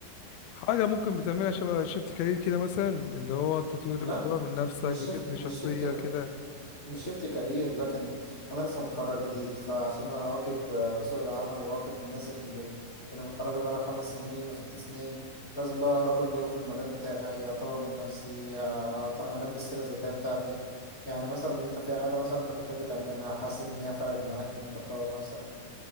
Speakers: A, on the left; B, on the left.
A: حاجة ممكن بتعملها شبه شيفت كارير كده مثلا اللي هو التطوير
B: لا
A: بتدور
B: م-
A: من
B: م-
A: نفسك
B: مش
A: بتبني
B: شفت مش
A: شخصية
B: شفت
A: كده
B: مش شفت كارير لكن انا لسه متخرج جديد فعشان اواكب آه، سوق العمل واواكب الناس اللي اللي متخرجه بقى خمس سنين وست سنين لازم بقى اقرا كل يوم في المجال بتاعي اطور من نفسي آه، أط- انمي السيره الذاتيه بتاعتي يعني مثلا انت في عاده مثلا انت بتحب تعملها حسيت ان هي فرقت معاك ان انت تطور نفسك